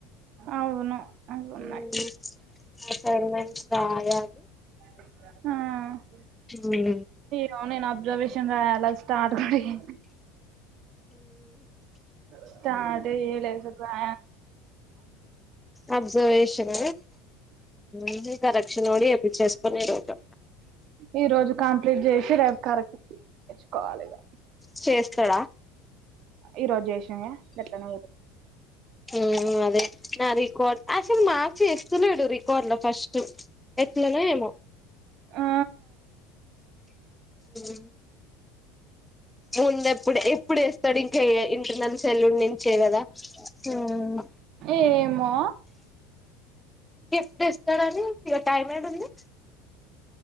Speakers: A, on the right (about 55°); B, in the centre.
A: అవును అవి ఉన్నాయి
B: ఉమ్ అసైన్మెంట్ రాయాలి
A: ఉమ్
B: ఉమ్
A: అవును నేను అబ్జర్వేషన్ రాయాల స్టార్ట్ కూడా చేయ స్టార్ట్ ఏ చేయలే అసలు ప్ర
B: అబ్జర్వేషన్ ఇంకా కరెక్షన్ కూడా చేపిచ్చేసుకొని ఈ రోజు
A: ఈ రోజు కంప్లీట్ చేసి రేపు కరెక్ట్ చేపిచ్చుకోవాలి ఇగ
B: చేస్తాడా
A: ఈ రోజు చేసేయి గట్లనే
B: ఉమ్ అదే నా రికార్డ్ అసలు మార్క్స్ వేస్తలేడు రికార్డ్ లో ఫస్ట్ ఎట్లనో ఏమో
A: ఆ
B: ఉమ్ ముంద ఎప్పుడు ఎప్పుడు వేస్తాడు ఇంకా ఇంటర్నల్స్ సెల్లు నుంచే కదా ఉమ్
A: ఏమో
B: ఇంకా ఎప్పుడు వేస్తాడని ఇగ టైం యాడ ఉంది